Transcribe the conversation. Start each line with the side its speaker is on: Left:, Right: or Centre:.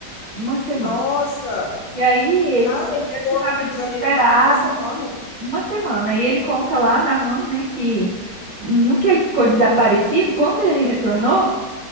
Right: uma semana.
Left: Nossa!
Right: E aí eles,
Left: Cara, ele ficou
Right: eles ficavam
Left: com
Right: desesperados,
Left: os alienígenas uma semana.
Right: uma semana. E ele conta lá, narrando, né, que no que ele ficou desaparecido, quando ele retornou,